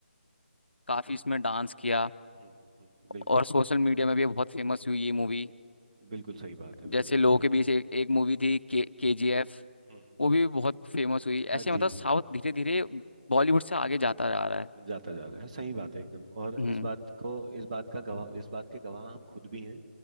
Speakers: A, on the left; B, on the right.
A: काफी इसमें डांस किया
B: हम्म हम्म, बिल्कुल
A: और सोशल मीडिया में भी बहुत फेमस हुई ये मूवी
B: बिल्कुल सही बात है बिल्कुल
A: जैसे लोगों
B: सही
A: के
B: बात
A: बीच
B: है
A: एक एक मूवी थी के के जी एफ
B: हम्म हम्म
A: वो भी
B: हम्म।
A: बहुत फेमस हुई ऐसे
B: हाँ
A: मतलब
B: जी
A: साउथ धीरे धीरे बॉलीवुड से आगे जाता जा रहा है
B: जाता जा रहा है सही बात है एकदम और
A: हम्म
B: इस बात को इस बात का गवाह इस बात के गवाह हम खुद भी हैं